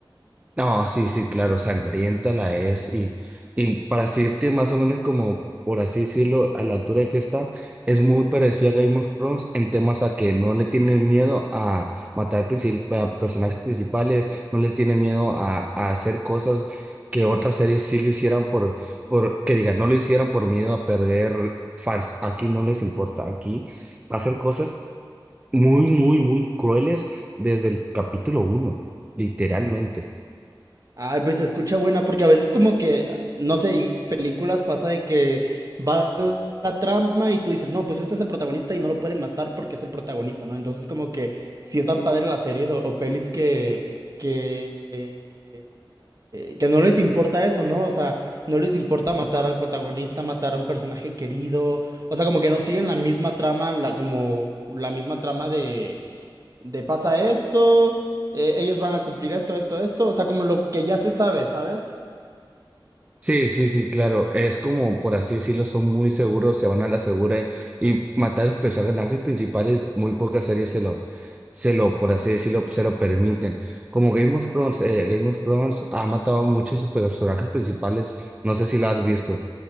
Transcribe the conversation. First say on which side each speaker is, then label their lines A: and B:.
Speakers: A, on the right; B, on the right.
A: No, sí, sí, claro, sangrienta la es. Y, y para decirte más o menos como, por así decirlo, a la altura de que está, es muy parecida a Game of Thrones en temas a que no le tienen miedo a matar princip- a personajes principales, no le tienen miedo a, a hacer cosas que otras series sí lo hicieran por, por, que digan, no lo hicieran por miedo a perder fans. Aquí no les importa, aquí pasan cosas muy, muy, muy crueles desde el capítulo uno, literalmente.
B: Ay, pues se escucha buena, porque a veces como que, no sé, y películas pasa de que va la trama y tú dices, no, pues este es el protagonista y no lo pueden matar porque es el protagonista, ¿no? Entonces como que sí están padres las series o, o pelis que, que eh, que no les importa eso, ¿no? O sea, no les importa matar al protagonista, matar a un personaje querido. O sea, como que no siguen la misma trama, la, como la misma trama de, de pasa esto, eh, ellos van a cumplir esto, esto, esto. O sea, como lo que ya se sabe, ¿sabes?
A: Sí, sí, sí, claro. Es como, por así decirlo, son muy seguros, se van a la segura y, y matar a los personajes principales, muy pocas series se lo, se lo, por así decirlo, se lo permiten. Como Game of Thrones, eh, Game of Thrones ha matado a muchos personajes principales, no sé si la has visto.